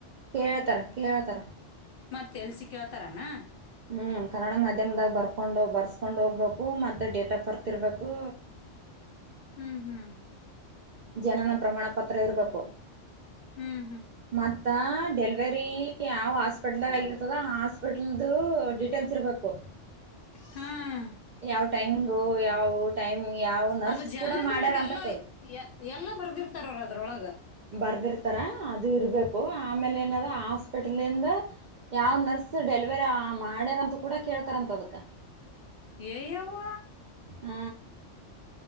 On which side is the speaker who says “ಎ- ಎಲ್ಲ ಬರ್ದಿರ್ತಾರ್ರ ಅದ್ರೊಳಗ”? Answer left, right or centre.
Left